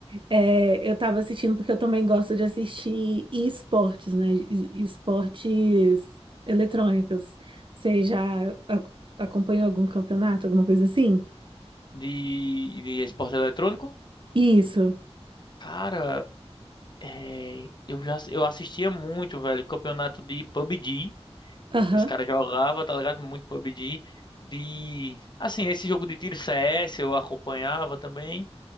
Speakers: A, on the right; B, on the left.
A: É, eu tava assistindo porque eu também gosto de assistir esportes, né? E- Esportes eletrônicos. Você já ac- acompanhou algum campeonato, alguma coisa assim?
B: De, de esporte eletrônico,
A: Isso.
B: cara, é, eu já eu assistia muito, velho, o campeonato de PUBG.
A: Aham.
B: que os caras jogavam, tá ligado? Muito PUBG. De. Assim, esse jogo de tiro CS eu acompanhava também.